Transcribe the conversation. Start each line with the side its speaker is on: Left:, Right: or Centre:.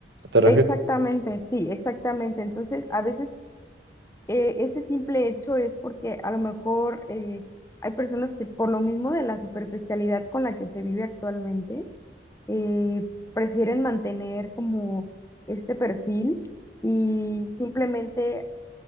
Right: ¿te refieres?
Left: exactamente,
Right: <laughs>
Left: sí, exactamente. Entonces, a veces eh, ese simple hecho es porque a lo mejor eh, hay personas que por lo mismo de la superficialidad con la que se vive actualmente, eh, prefieren mantener como este perfil y simplemente